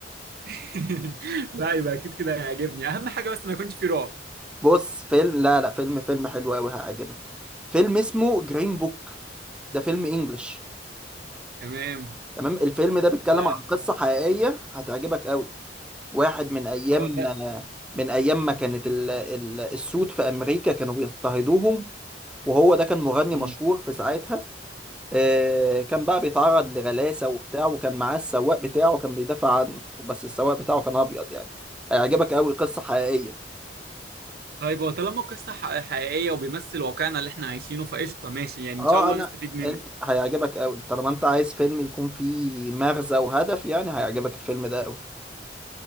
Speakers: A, on the right; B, in the centre.
A: <laughs> لا يبقى اكيد كده هيعجبني اهم حاجة بس ما يكونش فيه رعب
B: بص فيلم لا لا فيلم فيلم حلو قوي هيعجبك فيلم اسمه جرين بوك ده فيلم انجلش
A: تمام
B: تمام الفيلم ده بيتكلم
A: آه،
B: عن قصة حقيقية هتعجبك قوي واحد من ايام
A: هو ده
B: من ايام ما كانت ال... ال... السود في امريكا كانوا بيضطهدوهم وهو ده كان مغني
A: مم.
B: مشهور في ساعتها آه، كان بقى بيتعرض لغلاسة وبتاع وكان معاه السواق بتاعه كان بيدافع عنه بس السواق بتاعه كان أبيض يعني هيعجبك أوي قصة حقيقية
A: طيب هو طالما القصة ح- حقيقية وبيمثل واقعنا اللي احنا عايشينه فقشطة ماشي يعني
B: اه
A: ان شاء الله
B: أنا
A: نستفيد منه
B: أنت هيعجبك أوي طالما أنت عايز فيلم يكون فيه مغزى وهدف يعني هيعجبك الفيلم ده أوي